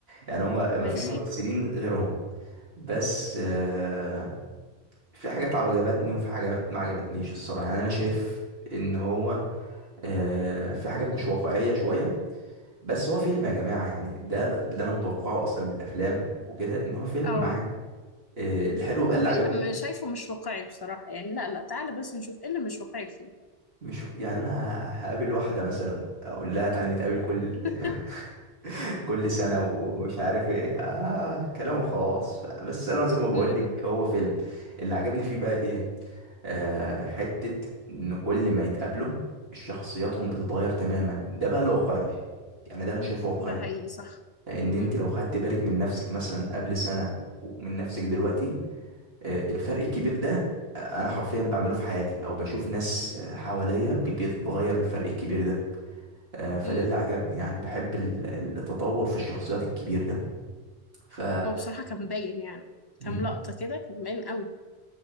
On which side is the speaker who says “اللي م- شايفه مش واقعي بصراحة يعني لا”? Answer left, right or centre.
Left